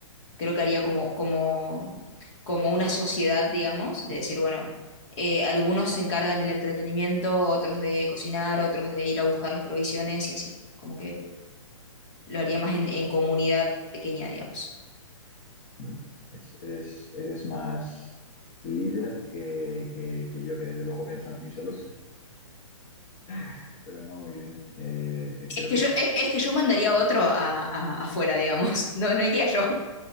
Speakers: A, on the left; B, on the left.
A: Creo que haría como, como, como una sociedad, digamos, de decir, bueno, eh, algunos se encargan del entretenimiento, otros de cocinar, otros de ir a buscar las provisiones y así. Como que lo haría más en, en comunidad pequeña, digamos.
B: Mm. Es- eres, eres más líder que, que- que yo, que desde luego piensa en mí solo, <laughs> pero no, muy bien. Eh, eh, creo
A: Es que
B: que
A: yo,
B: es,
A: es, es que yo mandaría a otro a- a- afuera, digamos. <laughs> No, no iría yo.